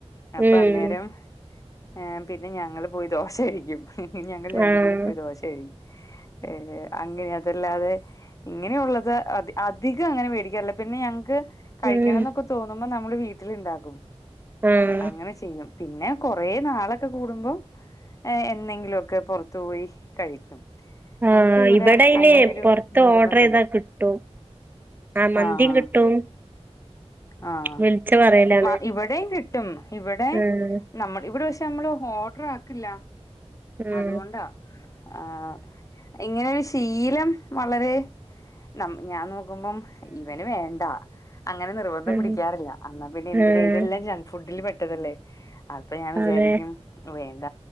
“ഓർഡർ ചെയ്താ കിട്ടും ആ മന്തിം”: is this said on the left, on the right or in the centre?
Right